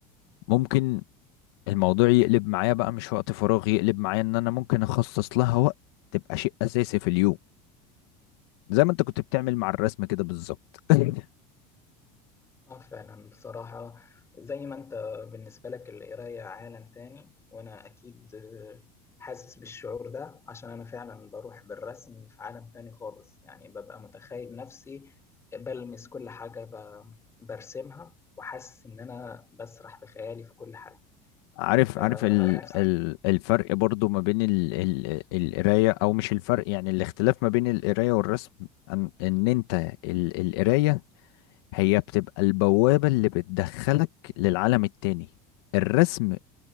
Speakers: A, on the left (about 75°); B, on the left (about 20°).
A: ممكن الموضوع يقلب معايا بقى مش وقت فراغ يقلب معايا ان انا ممكن اخصص لها وقت تبقى شيء اساسي في اليوم زي ما انت كنت بتعمل مع الرسم كده بالظبط <laughs>
B: اه فعلا بصراحة زي ما انت بالنسبة لك القراية عالم تاني وانا اكيد آه، حاسس بالشعور ده عشان انا فعلا بروح بالرسم في عالم تاني خالص يعني ببقى متخيل نفسي بلمس كل حاجة ب- برسمها وحاسس ان انا بسرح في خيالي في كل حاجة
A: عارف
B: فنفس
A: عارف ال ال الفرق برضو ما بين ال ال القراية او مش الفرق يعني الاختلاف ما بين القراية والرسم ان, ان انت ال القراية هي بتبقى البوابة اللي بتدخلك للعالم التاني الرسم